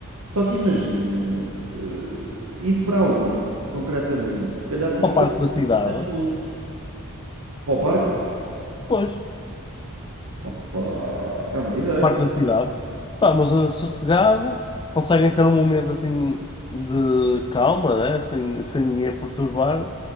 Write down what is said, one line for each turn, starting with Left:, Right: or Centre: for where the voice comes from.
Right: Só que imagina, eh, ir para onde, concretamente? Se calhar tinha
Left: ao
Right: que
Left: parque
Right: ser
Left: da cidade.
Right: mais longe. Para o parque?
Left: Pois,
Right: Opa, é uma ideia.
Left: parque da cidade. Pá, uma zona sossegada, conseguem ter um momento assim de calma, né? Sem, sem ninguém a perturbar.